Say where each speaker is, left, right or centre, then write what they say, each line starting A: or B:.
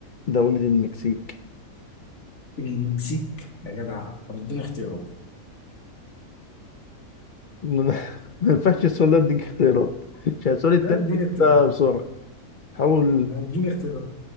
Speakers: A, on the left; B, on the left.
A: دولة المكسيك
B: المكسيك يا جدع طب اديني اختيارات
A: ما أنا- <laughs> ما ينفعش السؤال ده اديك اختيارات عشان السؤال التاني
B: لا اديني اختيارات
A: ده بسرعة حاول
B: ما اديني اختيارات